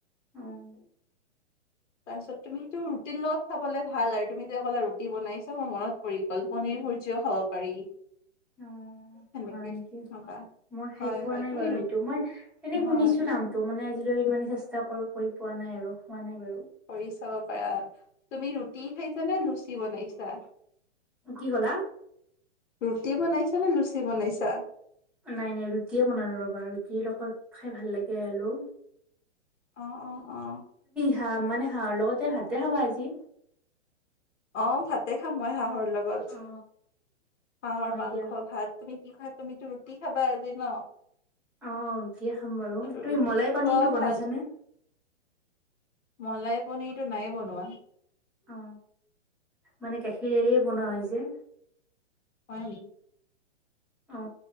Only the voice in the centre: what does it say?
উম
উম
উম
অ
হয় নেকি
মই খাই
পোৱা
নাই
বাৰু
এইটো মই এনেই
শুনিছো নামটো মানে আজিলৈ ইমাপে চেষ্টা কৰি পোৱা নাই আৰু হোৱা নাই বাৰু
অ কি ক'লা
নাই নাই ৰুটিয়ে বনালো ৰ'বা ৰুটিৰ লগত খাই ভাল লাগে আৰু
হা মানে হাঁহৰ লগতে ভাতে খাবা আজি
অ
হয়
দিয়া
অ অ ৰুটিয়ে খাম বাৰু
তুমি মলাই পানীৰটো
বনাইছানে
অ মানে গাখীৰে বনোৱা হয় যে
অ